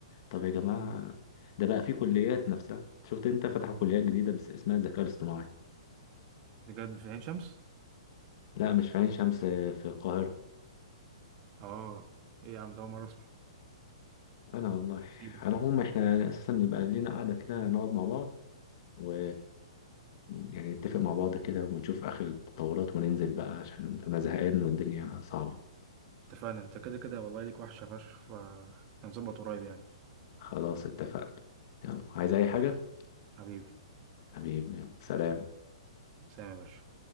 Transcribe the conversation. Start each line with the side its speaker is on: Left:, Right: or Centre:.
Left: طب يا جماعه ده بقى في كليات نفسها شفت انت فتحوا كليات جديده بس اسمها الذكاء الاصطناعي
Right: بجد في عين شمس
Left: لا مش في عين شمس في القاهرة
Right: اه ايه يا عم ده اول مره اسمع
Left: أنا والله
Right: غريبه
Left: على العموم إحنا يعني أساسا نبقى لينا قعدة كده نقعد مع بعض و يعني نتفق مع بعض كده ونشوف آخر التطورات وننزل بقى عشان أنا زهقان والدنيا صعبة
Right: اتفقنا انت كده كده والله ليك وحشه فشخ فهنظبط قريب يعني
Left: خلاص اتفقنا يلا عايز أي حاجة
Right: حبيبي
Left: حبيبي يلا. سلام
Right: سلام يا باشا